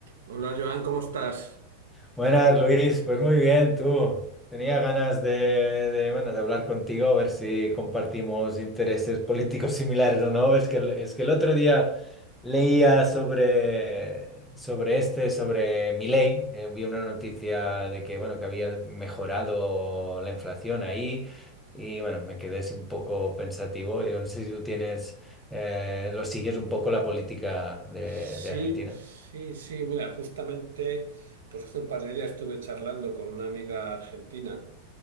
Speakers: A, on the right; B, in the centre.
A: Hola Joan, ¿cómo estás?
B: Buenas, Luis. Pues muy bien, tú. Tenía ganas de, de, bueno, de hablar contigo, a ver si compartimos intereses políticos <laughs> similares o no. Es que, el- es que el otro día leía sobre, sobre este, sobre Milei. Eh, vi una noticia de que, bueno, que había mejorado la inflación ahí y, bueno, me quedé así un poco pensativo. Yo no sé si tú tienes, eh, lo sigues un poco la política de,
A: Sí,
B: de Argentina.
A: sí, sí. Mira, justamente, pues hace un par de días estuve charlando con una amiga argentina